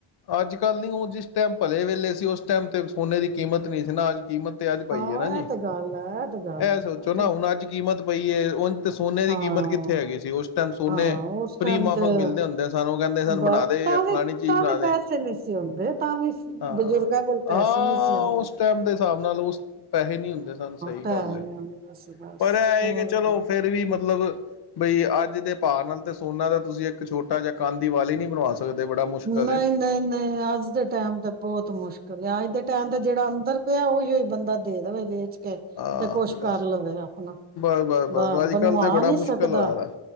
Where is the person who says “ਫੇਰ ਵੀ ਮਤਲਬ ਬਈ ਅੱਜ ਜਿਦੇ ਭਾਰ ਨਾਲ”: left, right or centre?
Left